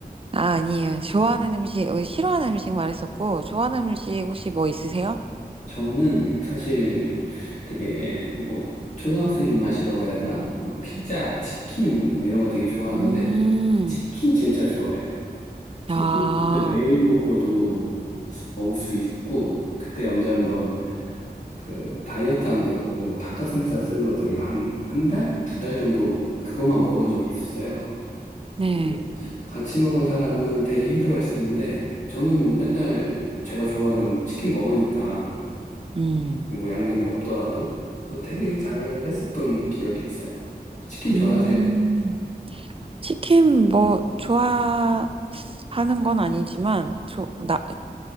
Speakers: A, on the right; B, on the left.
A: 아, 아니에요. 좋아하는 음식, 어, 싫어하는 음식 말했었고, 좋아하는 음식 혹시 뭐 있으세요?
B: 저는 사실 되게 뭐, 초등학생 입맛이라고 해야 되나? 뭐, 피자, 치킨, 뭐 이런 거 되게 좋아하는데,
A: 음.
B: 치킨 진짜 좋아해요. 치킨
A: 아,
B: 진짜 매일 먹어도 먹을 수 있고, 그때 언제 한번 그 다이어트 한다고 닭가슴살 샐러드를 한, 한 달? 두 달 정도 그것만 먹은 적이 있었어요.
A: 네.
B: 네. 같이 먹은 사람은 되게 힘들어 했었는데, 저는 맨날 제가 좋아하던 치킨 먹으니까,
A: 음.
B: 그게 뭐 양념이 없더라도, 그래서 되게 잘 했었던 기억이 있어요. 치킨
A: 음,
B: 좋아하세요?
A: 치킨 뭐 좋아하는 건 아니지만 저, 나,